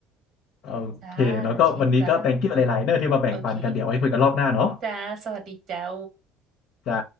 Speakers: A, on the left; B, on the right.
A: โอเคแล้วก็วันนี้ก็
B: จ้าโอเคจ้า
A: thank you หลายๆเนอะที่มาแบ่งปันกันเดี๋ยวไว้คุยกันรอบหน้าเนาะ
B: โอเคจ้าสวัสดีเจ้า
A: จ้า